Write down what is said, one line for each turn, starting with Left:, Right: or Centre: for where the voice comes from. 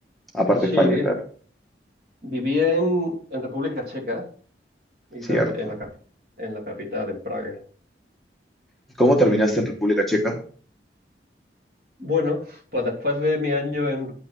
Centre: Aparte
Right: Sí,
Centre: de España, claro.
Right: viví en, en República Checa y
Centre: Cierto.
Right: también en la, cap- en la capital, en Praga.
Centre: ¿Y cómo terminaste
Right: Y
Centre: en República Checa?
Right: bueno, pues después de mi año en,